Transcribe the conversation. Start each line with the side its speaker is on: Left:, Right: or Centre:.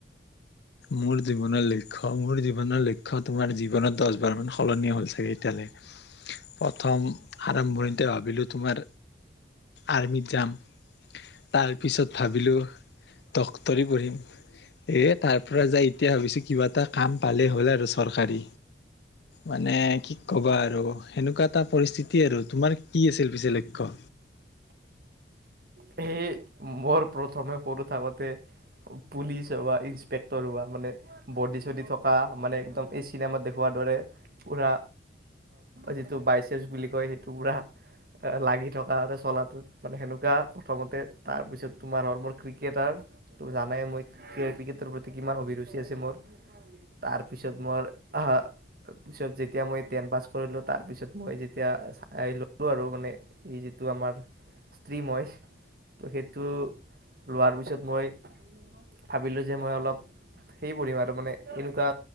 Left: মোৰ জীৱনৰ লক্ষ্য় মোৰ জীৱনৰ লক্ষ্্য তোমাৰ জীৱনত দহ বাৰ মান সলনি হ'ল চাগে এতিয়ালৈ প্ৰথম আৰম্ভণিতে ভাবিলো তোমাৰ আৰ্মিত যাম তাৰপিছত ভাবিলো ড্টৰী পঢ়িম এ তাৰ পৰা যাই এতিয়া ভাবিছোঁ কিবা এটা কাম ভালেই হ'ল আৰু চৰকাৰী মানে কি ক'বা আৰু সেনেকুৱা এটা পৰিস্থিতি আৰু তোমাৰ কি আছিল পিছে লক্ষ্য
Right: সেই মোৰ প্ৰথমে সৰু থাকোতে পুলি, চ হোৱা ইনসপেক্টৰ, হোৱা মানে বডি চডি থকা মানে একদম এই চিনেমাত দেখওৱাৰ দৰে পুৰা যিটো বাইচচ বুলি কয় সেইটো পুৰা লাগি থকা চলাটো মানে সেনেকুৱা প্ৰথমতে তাৰপিছত তোমাৰ হল মোৰ ক্ৰিকেটাৰ তো জানাই মই ক্ৰিকেটৰ প্ৰতি কিমান অভিৰুচি আছে মোৰ তাৰপিছত মই পিছত যেতিয়া মই টেন পাছ কৰিলোঁ তাৰপিছত মই যেতিয়া ল'লোঁ আৰু মানে এই যিটো আমাৰ ষ্ট্ৰীম হয় তো সেইটো লোৱাৰ পিছত মই ভাবিলোঁ যে মই অলপ সেই পঢ়িম আৰু মানে এনেকুৱা